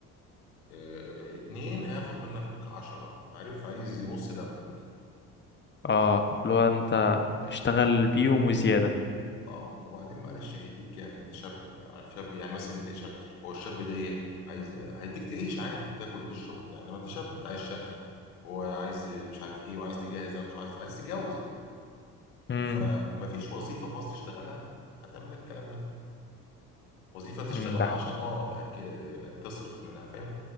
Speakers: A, on the left; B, on the left.
A: آه، اتنين هياخد منك عشرة عارف عايز يمص دمك
B: اه اللي هو انت اشتغل بيهم وزيادة
A: اه وبعدين معلش هيديك كام انت شاب يعني عارف شاب يعني مثلا انت شا... هو الشاب ده ايه عايز هيديك تعيش عادي تاكل وتشرب وبتاع انما انت شاب انت عايز شقة وعايز مش عارف ايه وعايز تجهز نفسك وعايز عايز تتجوز
B: امم
A: فمفيش وظيفة في مصر تشتغلها هتعمل لك الكلام ده وظيفة تشتغلها
B: امم ده
A: عشان اه تأكد يعني تصرف منها فاهم